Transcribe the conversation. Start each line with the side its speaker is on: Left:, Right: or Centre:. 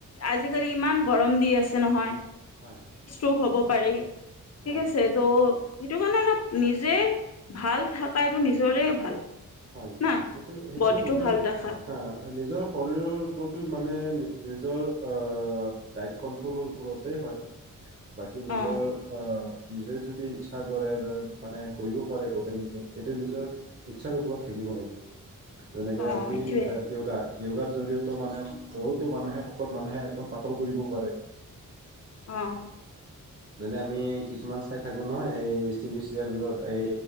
Left: আজিকালি ইমান গৰম দি আছে, নহয়।
Right: হয়।
Left: <unintelligible> হ'ব পাৰেই। ঠিক
Right: হয়
Left: আছে ত সেইটো কাৰণে অলপ, নিজেই ভাল থাকাইটো নিজৰে ভাল।
Right: হয়,
Left: না
Right: সেইটো সেইটোৰো
Left: বডিটো
Right: গোটেই
Left: ভাল ৰাখা
Right: হা, নিজৰ শৰীৰৰ ওপৰটোত মানে নি নিজৰ আহ ডাইত কন্ট্ৰলৰ ওপৰতে হয়। বাকী নিজৰ
Left: অ
Right: আহ নিজে যদি ইচ্ছা কৰে <unintelligible> মানে কৰিব পাৰে গটেইখিনি, এইটো নিজৰ ইচ্ছাৰ ওপৰত থাকিব লাগিব। যেনেকৈ
Left: অ
Right: আজি
Left: এইটোৱে
Right: এ, য়গা য়গাৰ জৰিয়ত মানে বহুতো মানুহে শকত মানুহে একদম পাতল কৰিব পাৰে।
Left: অহ।
Right: যেনে আমি কিছুমান চাই থাকো নহয়, এই টিভি চিৰিয়েল বোৰত এই